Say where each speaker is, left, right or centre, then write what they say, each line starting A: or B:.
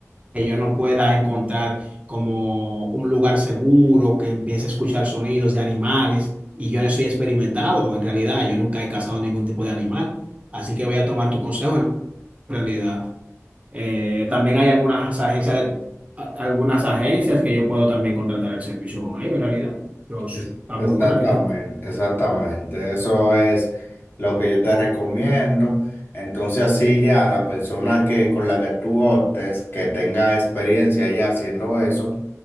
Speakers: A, on the right; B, on the left.
A: que yo no pueda encontrar como un lugar seguro, que empiece a escuchar sonidos de animales. Y yo no soy experimentado, en realidad, yo nunca he cazado ningún tipo de animal. Así que voy a tomar tu consejo, en realidad. Eh, también hay algunas agencias, de- a- algunas agencias que yo puedo también contratar el servicio con ellos, en realidad. Los,
B: Ex-
A: está
B: Exactamente,
A: muy buena la idea.
B: exactamente. Eso es lo que yo te recomiendo. Entonces así ya la persona que con la que tú optes, que tenga experiencia ya haciendo eso,